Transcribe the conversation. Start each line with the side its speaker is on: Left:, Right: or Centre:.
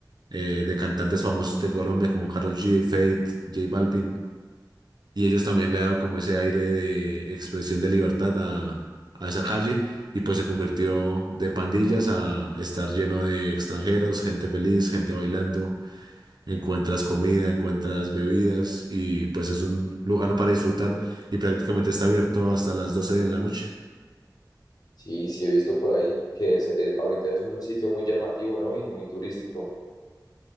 Right: eh, de cantantes famosos de Colombia como Karol G, Feid, J Balvin. Y ellos también le han dado como ese aire de expresión de libertad a, a esa calle. Y pues se convirtió de pandillas a estar lleno de extranjeros, gente feliz, gente bailando, Encuentras comida, encuentras bebidas y pues es un lugar para disfrutar y prácticamente está abierto hasta las 12 de la noche.
Left: sí, sí he visto por ahí que es, es- ahorita es un sitio muy llamativo, ¿no? Y muy turístico.